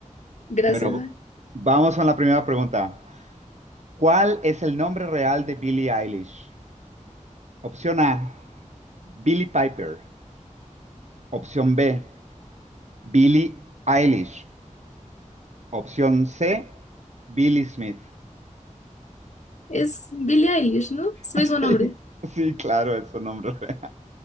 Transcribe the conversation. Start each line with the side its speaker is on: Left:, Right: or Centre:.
Left: Gracias.
Right: Bueno,
Left: ah.
Right: vamos con la primera pregunta. ¿Cuál es el nombre real de Billie Eilish? Opción A, Billie Piper. Opción B, Billie Eilish. Opción C, Billie Smith.
Left: Es Billie Eilish, ¿no? Es su
Right: <laughs>
Left: mismo nombre.
Right: Sí, claro, es su nombre real.